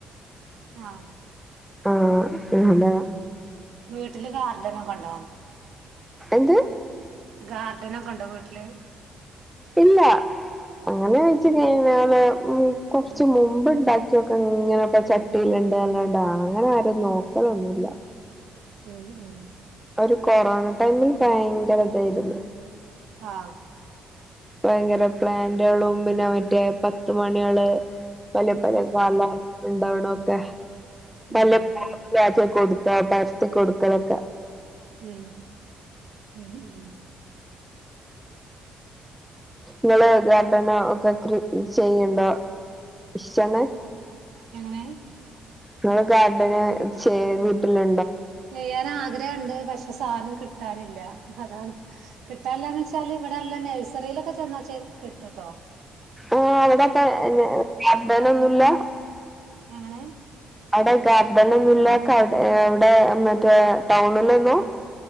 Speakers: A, on the right (about 75°); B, in the centre.
A: ആ
B: ആഹ അല്ലാ
A: വീട്ടില് ഗാർഡനൊക്കെ ഒണ്ടോ
B: എന്ത്
A: ഗാർഡനൊക്കെ ഉണ്ടോ വീട്ടില്
B: ഇല്ല അങ്ങനെ വെച്ച് കഴിഞ്ഞാല് കൊറച്ച് മുമ്പ്ണ്ടാക്കിയൊക്കെ ഇങ്ങനെപ്പ ചട്ടിയിലണ്ട് അല്ലാണ്ട് അങ്ങനെ ആരും നോക്കലൊന്നുല്ല
A: ഉം ഉം
B: ഒരു കൊറോണ ടൈമില് ഭയങ്കര ഇതായിരുന്നു
A: ആ
B: ഭയങ്കര പ്ലാന്റുകളും പിന്നെ മറ്റേ പത്തു മണികള് പല
A: ഉം
B: പല കാല
A: ഉം
B: ഉണ്ടാവ ണോക്കെ പല
A: ഉം
B: <unintelligible> കൊടുത്ത പരത്തി കൊടുക്കതൊക്കെ
A: ഉം ഉം ഉം
B: നിങ്ങള് ഗർഡനോ ഒക്കെ ക്രി ചെയ്യണ്ടോ ഇഷ്ട്ടാണ്
A: എങ്ങനെ
B: നിങ്ങള് ഗാർഡന് ചെ വീട്ടിലോ
A: ചെയ്യാനാ ഗ്രഹണ്ട് പക്ഷെ സാധനം കിട്ടാനില്ല അതാണ് കിട്ടാനില്ലാന്ന് വെച്ചാല് ഇവിടൊള്ള നഴ്സറിയിലൊക്കെ ചെന്നാ ചെ കിട്ടൂട്ടോ
B: ആ അവിടെപ്പ എന്ന ഗാർഡനൊന്നുല്ല
A: എങ്ങനെ
B: അവിടെ ഗാർഡൻഒന്നും ഇല്ലേ അവിടെ അവിടെ മറ്റേ ടൗണിലൊന്നും